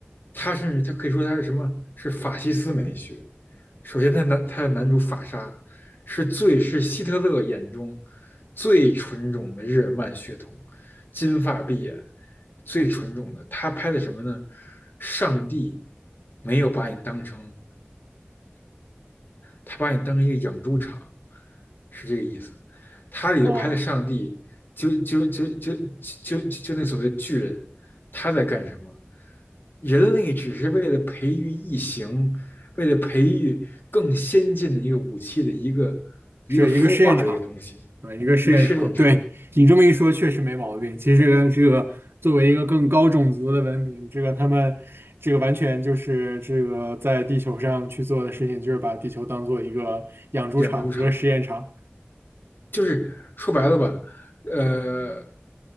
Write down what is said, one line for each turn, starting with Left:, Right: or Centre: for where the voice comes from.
Left: 他甚至他可以说他是什么？是法西斯美学。首先他，他男他的男主法沙是最是希特勒眼中最纯种的日耳曼血统，金发碧眼，最纯种的。他拍的什么呢？上帝没有把你当成他把你当成一个养猪场，是这个意思。他里头拍的上帝，
Right: 啊，
Left: 就就就就就就就那所谓巨人，他在干什么？人类只是为了培育异形，为了培育更先进的一个武器的一个一个孵化的一个东西，
Right: 是一个试验场啊，一个试验场。
Left: 一个试验场、
Right: 对你这么一说，确实没毛病。其实这个这个作为一个更高种族的文明，这个他们这个完全就是这个在地球上去做的事情，就是把地球当做一个养猪场、
Left: 养猪场。
Right: 一个试验场。
Left: 就是说白了吧，呃，